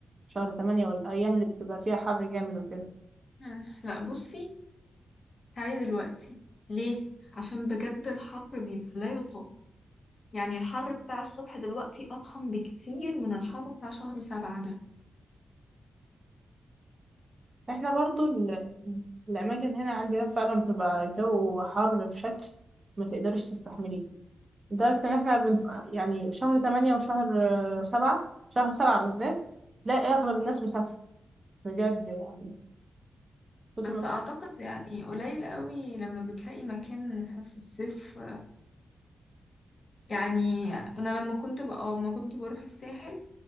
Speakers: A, on the right (about 30°); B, on the left (about 40°).
A: وشهر تمانية والأيام اللي بتبقى فيها حر جامد وكده؟
B: آه لا بصي تعالي دلوقتي ليه عشان بجد الحر بيبقى لا يطاق يعني الحر بتاع الصبح دلوقتي أضخم بكتير من الحر بتاع شهر سبعة ده
A: احنا برضو ال... الأماكن هنا عندنا فعلا بتبقى جو حر بشكل ما تقدرش تستحمليه لدرجة إن احنا بنف... يعني شهر تمانية وشهر آه، سبعة شهر سبعة بالذات تلاقي أغلب الناس مسافرة بجد يعني كتر
B: بس
A: ما
B: أعتقد يعني قليل قوي لما بتلاقي مكان في الصيف يعني أنا لما كنت بقى لما كنت بروح الساحل